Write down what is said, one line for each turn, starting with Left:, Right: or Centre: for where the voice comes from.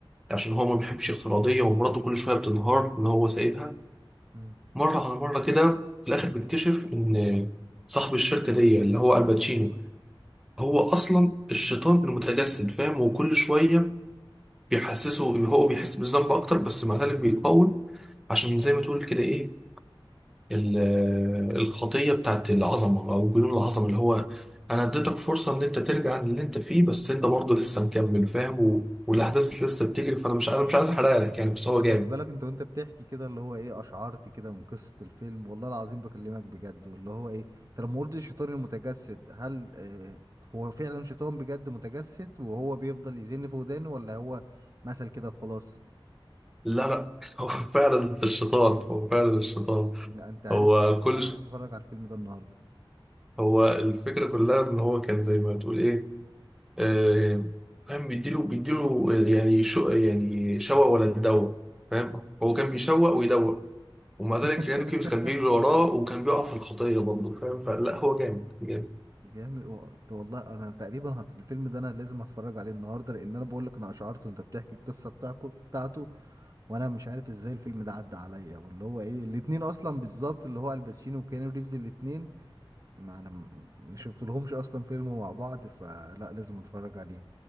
Centre: عشان هو ما بيحبش الافتراضيه ومراته كل شويه بتنهار ان هو سايبها
Right: امم
Centre: مرة على مرة كده في الآخر بيكتشف إن صاحب الشركة دي اللي هو الباتشينو هو أصلا الشيطان المتجسد فاهم وكل شوية بيحسسه هو بيحس بالذنب أكتر بس مع ذلك بيقاوم عشان زي ما تقول كده إيه ال- الخطية بتاعت العظمة أو جنون العظمة اللي هو أنا اديتك فرصة إن أنت ترجع عن اللي أنت فيه بس أنت برضه لسه مكمل فاهم و... والأحداث لسه بتجري فأنا مش أنا مش عايز أحرق لك يعني بس
Right: انت
Centre: هو جامد
Right: خلي بالك انت وانت بتحكي كده اللي هو ايه اشعرت كده من قصة الفيلم والله العظيم بكلمك بجد واللي هو ايه انت لما قلت الشيطان المتجسد هل آه هو فعلا شيطان بجد متجسد وهو بيفضل يزن في ودانه ولا هو مثل كده خلاص
Centre: لا لا <laughs> هو فعلا الشيطان هو فعلا الشيطان
Right: ان انت عارف
Centre: هو
Right: انا انا
Centre: كل ش-
Right: هتفرج على الفيلم ده النهارده
Centre: هو الفكرة كلها ان هو كان زي ما تقول ايه آه فاهم بيديله بيديله يعني شو يعني شوق ولا تدوق فاهم هو كان بيشوق ويدوق ومع ذلك
Right: <laughs>
Centre: ريانو كيفز كان بيجري وراه وكان بيقع في الخطية برضه فاهم فلا هو جامد جامد
Right: جامد و- والله انا تقريبا هت... الفيلم ده انا لازم هتفرج عليه النهارده لان انا بقول لك انا اشعرت وانت بتحكي القصه بتاعكو بتاعته وانا مش عارف ازاي الفيلم ده عدى عليا واللي هو ايه الاتنين اصلا بالظبط اللي هو الباتشينو وكيانو ريفز الاتنين ما انا م- ما شفت لهمش اصلا فيلم مع بعض فلا لازم اتفرج عليه